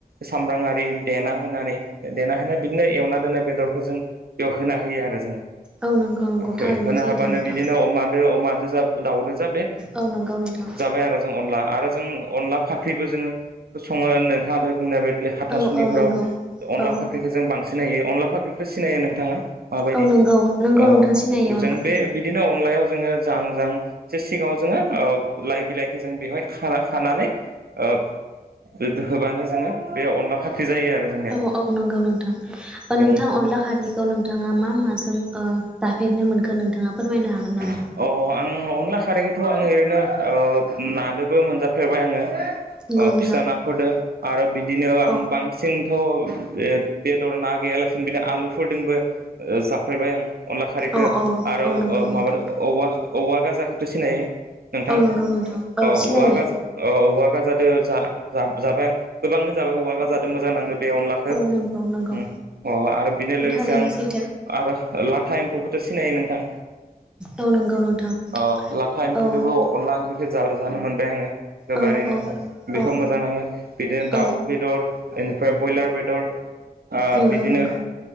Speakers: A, on the right; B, in the centre.
A: सामब्रांआरि देना होनानै देना होनाय बिदिनो एवना दोननाय बेदरखौ जों बेयाव होना होयो आरो जोङो।
B: औ नंगौ नंगौ
A: हो
B: थारैनो
A: होना
B: सैथो
A: हाबानो
B: नोंथां
A: बिदिनो अमादो अमादो जा दाउदो जा अ बे
B: औ नंगौ नोंथां
A: जाबाय आरो जों अनला आरो जों अनला फा ख्रिबो जोङो संङो नोंथाङा दाहाय बुंनाय बायदि हाथासुनिफोराव
B: औ औ नंगौ
A: अनला
B: औ
A: फाख्रिखौ जों बांसि सिनै। अनला फाख्रिथ' सिनायो नोंथाङा? माबायदि
B: औ नंगौ नंगौ
A: अ
B: नोंथां सिनायो अनला
A: जों बे बिदिनो अनलायाव जोङो जां जां एसे सिंगाङाव ओ जोङो लाइ बिलाइखौ जों बेवहाय खाना खानानै ओ हो होबानो जोङो बे अनला फाख्रि जायो आरो जोंनिया
B: औ औ नंगौ नोंथां।
A: जों
B: नोंथां, अनला खारिखौ नोंथाङा मा माजों ओ जाफेरनो मोनखो नोंथाङा फोरमायनो
A: <inaudible>
B: हागोन नामा?
A: अ आं अनला खारैखथ' आङो ओरैनो ओ नादोबो मोनजाफेरबाय आङो।
B: नंगौ
A: अ
B: नोंथां।
A: फिसा नाफोरदो आरो बिदिनो आं
B: औ
A: बांसिन थ' ओ बेदर ना गैयालासिनो बिदिनो आलुफोरजोंबो ओ जाफेरबाय आं। अनला खारिखौ
B: औ औ
A: आरो
B: औ नंगौ नोंथां
A: माबा औ औवा गाजाखौथ' सिनायो। नोंथां?
B: औ नंगौ नोंथां
A: औ
B: सिनायो
A: औवा गाजा औ औवा गाजादो जा जा जाबाय आं। गोबांनो जाबाय औवागाजादों मोजां नाङो बे अनलाखो।
B: औ नंगौ नंगौ।
A: उम अ आरो बेनो लोगोसे
B: थारैनो
A: आं
B: सैथो।
A: आरो लाथा एम्फौखौथ' सिनायो नोंथां?
B: औ नंगौ नोंथां
A: अ लाथा एम्फौदबो
B: औ
A: अनला ओंख्रिखौ जा जानो मोनबाय आङो। गोबारैनो
B: औ औ
A: बेखौ
B: औ
A: मोजां नाङो, बिदिनो दाउ
B: औ
A: बेदर इनिफ्राय ब्रयलार बेदर ओ
B: नंगौ
A: बिदिनो
B: नंगौ